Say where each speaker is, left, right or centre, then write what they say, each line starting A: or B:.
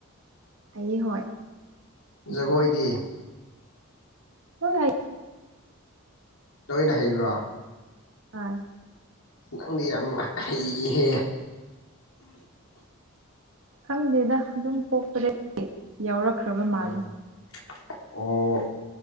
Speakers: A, on the right; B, on the left.
A: ꯍꯩꯌꯦ ꯍꯣꯏ꯫
B: ꯖꯒꯣꯏꯗꯤ꯫
A: <unintelligible>
B: ꯂꯣꯏꯅ ꯍꯩꯕ꯭ꯔꯣ꯫
A: ꯍꯣꯏ꯫
B: ꯅꯪꯗꯤ ꯌꯥꯝ ꯍꯩꯍꯦ꯫
A: ꯈꯪꯗꯦꯗ ꯑꯗꯨꯝ ꯄꯣꯛꯄꯗꯒꯤ ꯌꯥꯎꯔꯛꯈ꯭ꯔꯕ
B: ꯎꯝ
A: ꯃꯥꯜꯂꯦ꯫
B: ꯑꯣ꯫